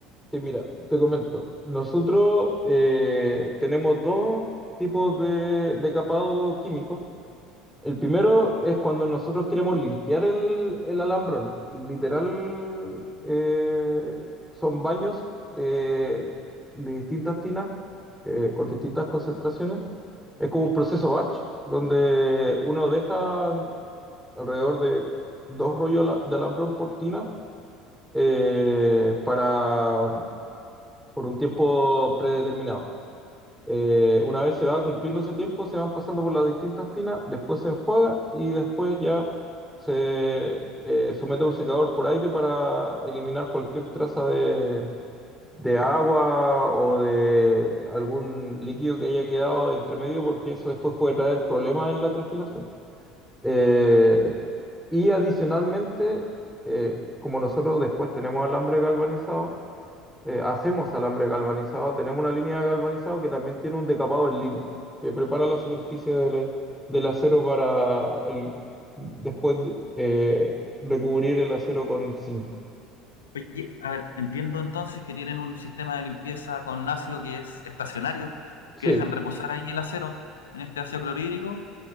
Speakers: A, in the centre; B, on the left (about 80°).
A: Sí, mira, te comento, nosotros eh, tenemos dos tipos de, de capado químico. El primero es cuando nosotros queremos limpiar el, el alambrón. Literal, eh, son baños de, de distintas tinas eh, con distintas concentraciones Es como un proceso batch, donde uno deja alrededor de dos rollos ala- de alambrón por tina eh, para, por un tiempo predeterminado. Eh, una vez se va cumpliendo ese tiempo, se van pasando por las distintas tinas, después se enjuaga y después ya se eh, somete a un secador por aire para eliminar cualquier traza de, de agua o de algún líquido que haya quedado entre medio, porque eso después puede traer problemas en la trefilación. Eh, y adicionalmente, eh, como nosotros después tenemos alambre galvanizado, eh, hacemos alambre galvanizado, tenemos una línea de galvanizado que también tiene un decapado en línea, que prepara la superficie del, del acero para el, después eh, recubrir el acero con zinc.
B: Oye, a ver, entiendo entonces que tienen un sistema de limpieza con ácido que es estacionario,
A: Sí,
B: que dejan reposar ahí el acero en este ácido clorhídrico